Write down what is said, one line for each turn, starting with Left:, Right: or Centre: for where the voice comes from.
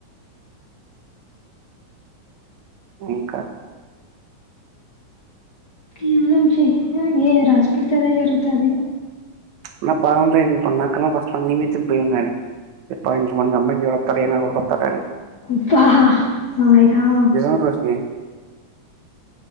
Right: ఇంకా
Left: ఏమన్నా చేయి ఏది రాసి పెడితే అదే జరుగుతది.
Right: నా పనంతా అయి <unintelligible> భయం కానీ ఇప్ప ఇంత మంచి అమ్మాయికి ఎవరత్తాడా ఏ నాకొడుకు వత్తాడా అని.
Left: అబ్బా సాయి రామ్.
Right: నిజం రోషిని